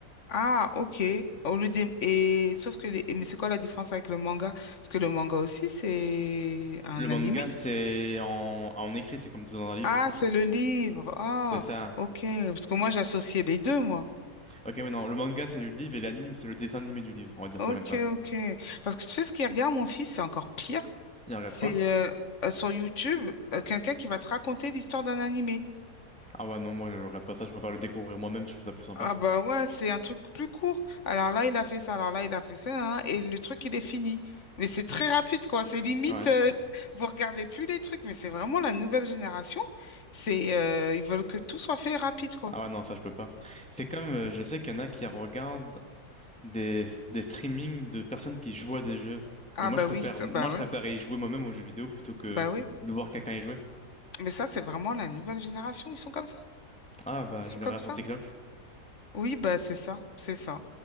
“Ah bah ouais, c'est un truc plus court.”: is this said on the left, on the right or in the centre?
Left